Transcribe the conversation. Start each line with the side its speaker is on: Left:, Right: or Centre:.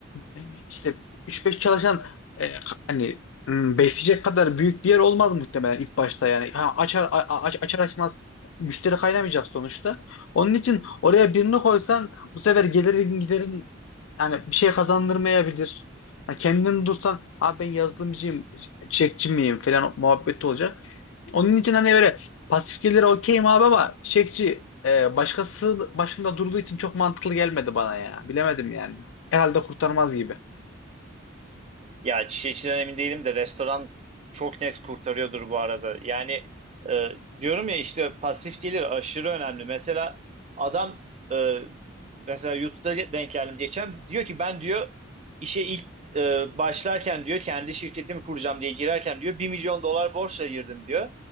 Left: e, işte üç beş çalışan e, hani hmm, besleyecek kadar büyük bir yer olmaz muhtemelen ilk başta yani. Ha, açar, a- a- açar açmaz müşteri kaynamayacak sonuçta. Onun için oraya birini koysan bu sefer gelirin giderin yani bir şey kazandırmayabilir. Ha, kendini dursan abi ben yazılımcıyım, çekçi miyim falan muhabbeti olacak. Onun için hani böyle pasif gelire okeyim abi ama çekçi e, başkası başında durduğu için çok mantıklı gelmedi bana ya. Bilemedim yani. Herhalde kurtarmaz gibi.
Right: Ya çiçeği içinden emin değilim de restoran çok net kurtarıyordur bu arada. Yani e, diyorum ya işte pasif gelir aşırı önemli. Mesela adam e, mesela YouTube'da denk geldim geçen diyor ki ben diyor işe ilk e, başlarken diyor kendi şirketimi kuracağım diye girerken diyor bir milyon dolar borçla girdim diyor.